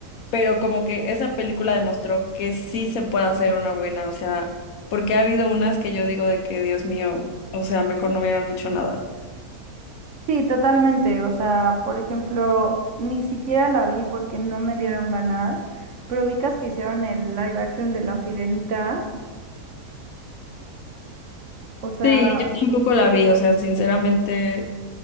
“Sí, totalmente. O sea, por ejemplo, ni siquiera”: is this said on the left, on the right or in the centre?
Right